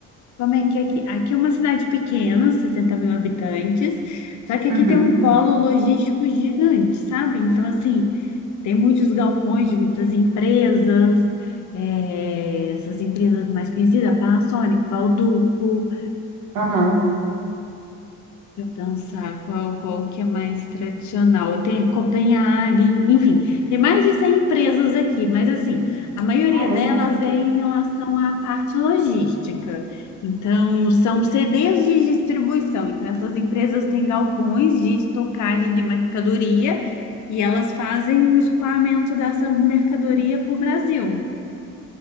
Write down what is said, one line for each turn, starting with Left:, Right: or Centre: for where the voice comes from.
Left: como é que é aqui? Aqui é uma cidade pequena, 60 mil habitantes, só que aqui
Right: Uhum.
Left: tem um polo logístico gigante, sabe? Então, assim, tem muitos galpões de muitas empresas, é, essas empresas mais conhecidas, Panasonic, Bauducco,
Right: Aham.
Left: eu dançar, qual, qual que é mais tradicional? Tem Copenhague, enfim, tem mais de 100 empresas aqui, mas assim, a maioria
Right: Caramba.
Left: delas é em relação à parte logística. Então, são CDs de distribuição. Então, essas empresas têm galpões de estocagem de mercadoria e elas fazem o escoamento dessa mercadoria para o Brasil.